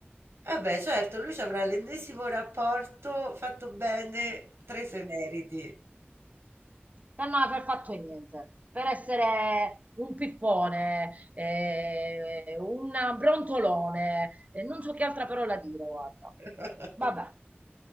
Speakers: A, on the right; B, on the right.
A: vabbè, certo, lui ci avrà l'ennesimo rapporto fatto bene, tre se meriti.
B: Per non aver fatto niente, per essere un pippone, eh, un brontolone, eh, non so che altra parola dire, guarda.
A: <laughs>
B: Vabbè.